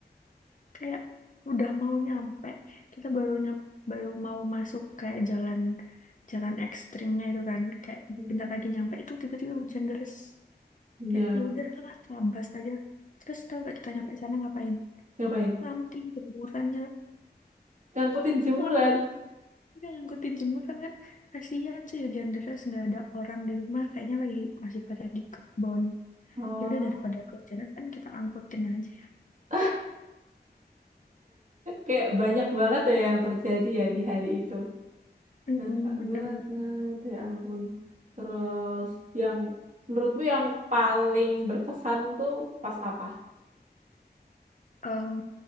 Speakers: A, on the left; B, on the right.
A: kayak udah mau nyampe kita baru nyam, baru mau masuk kayak jalan jalan ekstrimnya itu kan kayak
B: Mhm.
A: bentar lagi nyampe itu tiba-tiba hujan deras
B: Iya,
A: kayak ya udahlah ngabas aja terus tahu gak kita nyampe sana ngapain
B: ngapain?
A: lamting jemurannya
B: Ngangkutin jemuran.
A: lamting dia ngangkutin jemuran kan kasihan sih hujan deras nggak ada orang di rumah kayaknya lagi masih pada di kebon
B: Oh.
A: ya udah daripada kehujanan kan kita angkutin aja
B: <laughs> Kayak banyak banget ya yang terjadi ya di hari itu.
A: Mm-mm,
B: Ngakak
A: bener-bener
B: banget, ya ampun. Terus yang menurutmu yang paling berkesan tuh pas apa?
A: Em,